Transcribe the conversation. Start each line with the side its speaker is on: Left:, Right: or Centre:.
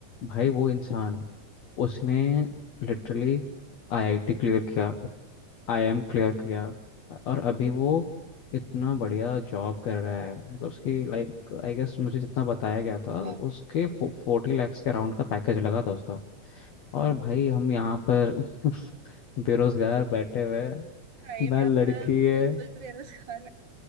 Left: भाई वो इंसान उसने लिटरली आईआईटी क्लियर किया आईआईएम क्लियर किया और अभी वो इतना बढ़िया जॉब कर रहा है मतलब उसकी लाइक आई गेस मुझे जितना बताया गया था
Right: वाह
Left: उसके फोर्टी लैक्स के अराउंड का पैकेज लगा था उसका और भाई हम यहाँ पर <laughs>
Right: वाह
Left: बेरोजगार बैठे हुए हैं,
Right: सही
Left: ना
Right: में
Left: लड़की
Right: अपना
Left: है
Right: बिल्कुल बेरोजगार